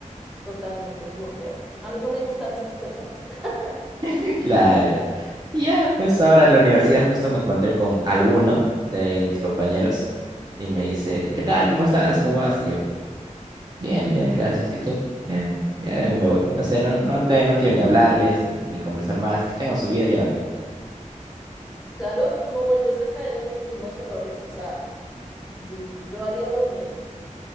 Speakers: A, in the centre; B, on the right.
A: Totalmente, yo creo. A mí no me gustan estas personas. <laughs>
B: <laughs> Claro. Y ya, pues ahora en la universidad justo me encontré con alguno de mis compañeros y
A: Sí,
B: me dice, ¿qué tal? ¿Cómo estás? ¿Cómo vas? Y yo, bien, bien, gracias. ¿Y tú? Bien, ya de mí me voy. No sé, no, no, te, no quiero ni hablarles ni, ni conversar más. Que tengan su vida, yo la mía.
A: claro, tú no vuelves a caer en los mismos errores, o sea, yo, yo haría lo mismo.